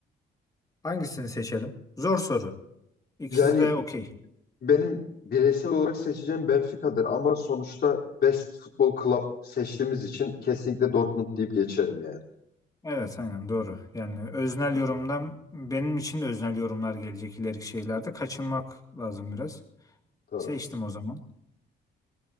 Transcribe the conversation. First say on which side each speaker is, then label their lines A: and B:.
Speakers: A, on the left (about 15°); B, on the left (about 50°).
A: Hangisini seçelim? Zor soru. İkisi
B: Yani
A: de okey.
B: Benim bireysel olarak seçeceğim Benfica'dır ama sonuçta Best Futbol Club seçtiğimiz için kesinlikle Dortmund deyip geçerim yani.
A: Evet aynen doğru. Yani öznel yorumdan benim için de öznel yorumlar gelecek ileriki şeylerde. Kaçınmak lazım biraz.
B: Doğru.
A: Seçtim o zaman.